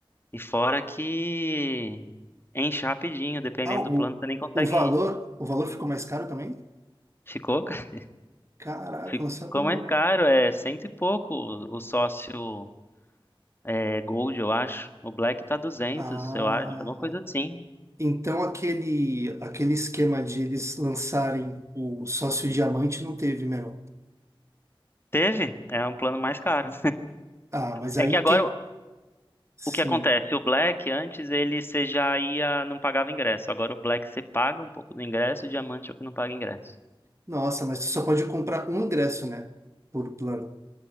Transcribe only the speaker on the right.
Ah, o,
o valor,
o valor ficou mais caro também?
Caraca,
não sabia
não.
Ah,
Então aquele aquele esquema de eles lançarem o sócio diamante não teve, meu.
Ah, mas
aí
quem.
Sim.
Nossa, mas tu só pode comprar um ingresso, né? Por plano.